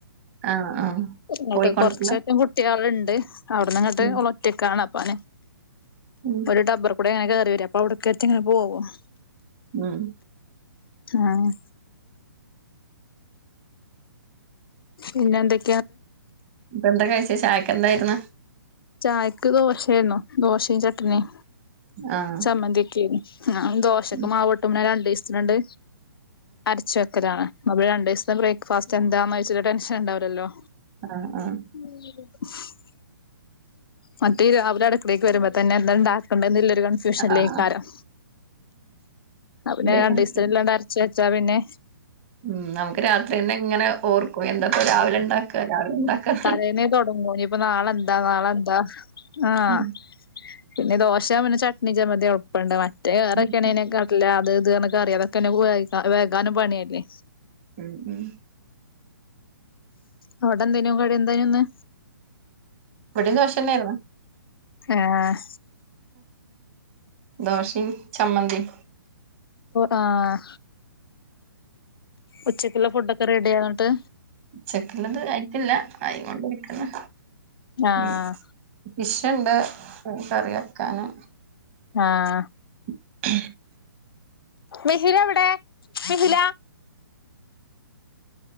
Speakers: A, on the right; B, on the left.
A: ആഹ് ആഹ്
B: ഇങ്ങോട്ട്
A: പോയിക്കൊണ്ടില്ല
B: കൊറചൊക്കെ കുട്ടികള്ണ്ട്. അവിട്ന്ന് ഇങ്ങട്ട്
A: ഉം
B: ഒളൊറ്റക്കാണ് അപ്പനെ
A: ഉം
B: ഒരു ഡബർ കൂടെ ഇങ്ങനെ കേറി വരു. അപ്പ ഔട്ക്കെറ്റെ ഇങ്ങനെ പോവും.
A: ഉം
B: ആഹ് പിന്നെ എന്തക്ക്
A: ഇതെന്താ കഴിച്ചെ ചായക്ക് എന്തായിര്ന്ന്.
B: ചായക്ക് ദോശേയന്നു. ദോശേം ചട്നിം
A: ആഹ്
B: ചമ്മന്തി ഒക്കേനി. ആ ദോശൊക്കെ
A: ഉം
B: മാവൂട്ടും. പിന്ന രണ്ടീസ്ത്തിനോണ്ട് അരച്ചക്ക കലാണ്. നമ് രണ്ട് ദിവസത്തെ ബ്രേക്ക്ഫാസ്റ്റ് എന്താന്ന് വെച്ച ടെൻഷൻ ഉണ്ടാവില്ലല്ലോ
A: ആഹ് ആഹ്
B: <unintelligible> മറ്റേര് അവര് അടുക്കളേക്ക് വരുമ്പ തന്നെ എന്താണ്ടാക്കണ്ടെന്ന്ള്ളൊരു ട്യൂഷനിലേക്കാരം.
A: ആഹ്
B: പിന്നെ
A: ശരിയാ
B: രണ്ടീസത്തിനില്ലണ്ട് അരച്ചച്ചാ പിന്നെ
A: ഉം നമുക്ക് രാത്രി എന്നെ ഇങ്ങനെ ഓർക്കും. എന്താപ്പ രാവിലെ ഇണ്ടാക്കാ രാവിലെ ഇണ്ടാക്കാ
B: തലേനേ തൊടങ്ങും ഇനിയിപ്പൊ നാളെന്താ നാളെന്താ ആഹ്.
A: ഉം.
B: പിന്നെ ദോശ പിന്നെ ചട്ണി ചമ്മന്തി എൾപ്പണ്ട്. മറ്റെ വെറൊക്കെയാണെങ്കി
A: ഉം. ഉം.
B: അ അല്ല അത് ഇത് അറ്നക്കറി അതൊക്കെന്നെ വേഗാനും പണിയല്ലെ.
A: ഉം ഉം
B: അവിടെന്തേനു കടി എന്തേനു ഇന്ന്.
A: ഇവിടിം ദോശന്നേയിരുന്നു.
B: ആഹ്
A: ദോശിം ചമ്മന്തിം.
B: ആഹ് ഉച്ചക്ക്ള്ള ഫുഡൊക്കെ റെഡിയായൊ ഇട്ട്.
A: ഉച്ചക്കുള്ളത് അയിട്ടില്ല ആയികൊണ്ടിരിക്ക്ണ്.
B: ആഹ്
A: ഉം ഫിഷ്ണ്ട് കറി വെക്കാന്.
B: ആഹ്
A: <inaudible>
B: മിശില എവിടെ മിഹില